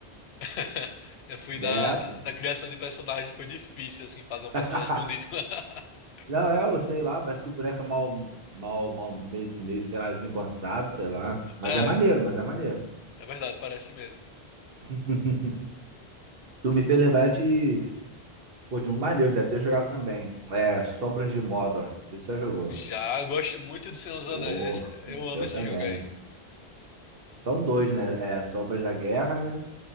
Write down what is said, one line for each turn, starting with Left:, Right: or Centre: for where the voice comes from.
Left: <laughs> Eu fui na,
Right: É,
Left: na
Right: pô.
Left: na criação de personagem, foi difícil, assim, fazer um personagem
Right: <laughs>
Left: bonito. <laughs>
Right: Não, é, eu sei lá, parece que o boneco é mal, mal, mal, meio, meio, sei lá, desengonçado, sei lá. Mas
Left: É,
Right: é maneiro, mas é maneiro.
Left: é verdade, parece mesmo.
Right: <laughs> Tu me fez lembrar de, pô, de um maneiro, deve ter jogado também. É, Sombras de Mordor. Não sei se você já jogou.
Left: Já eu gosto muito de Senhor dos
Right: oh
Left: Anéis, esse- eu amo
Right: eu
Left: esse
Right: também.
Left: jogo aí.
Right: São dois, né? É, Sombras da Guerra, né?